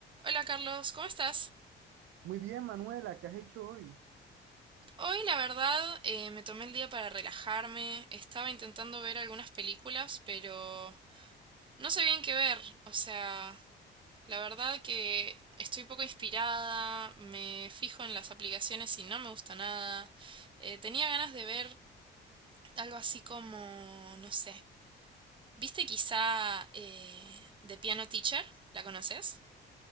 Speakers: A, on the right; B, on the right.
A: Hola Carlos, ¿cómo estás?
B: Muy bien, Manuela, ¿qué has hecho hoy?
A: Hoy la verdad eh, me tomé el día para relajarme, estaba intentando ver algunas películas, pero no sé bien qué ver, o sea, la verdad que estoy poco inspirada, me fijo en las aplicaciones y no me gusta nada. Eh, tenía ganas de ver algo así como, no sé, ¿viste quizá eh, The Piano Teacher? ¿La conoces?